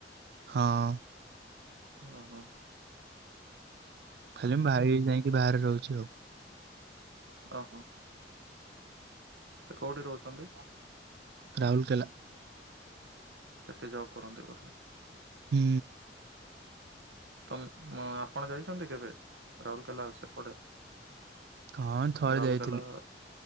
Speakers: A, on the right; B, on the right.
A: ହଁ।
B: ଓ ହୋ।
A: ଖାଲି ମୋ ଭାଇ ଯାଇକି ବାହାରେ ରହୁଛି ଆଉ।
B: ଓହୋ। ସେ କୋଉଠି ରହୁଛନ୍ତି?
A: ରାଉରକେଲା
B: ସେଠି ଜବ୍ କରନ୍ତି ବୋଧେ।
A: ହୁଁ।
B: ତ ଅ ଆପଣ ଯାଇଛନ୍ତି କେବେ ରାଉରକେଲା ସେପଟେ?
A: ହଁ ଥରେ
B: ରାଉଲକେଲା-ଆ
A: ଯାଇଥିଲି।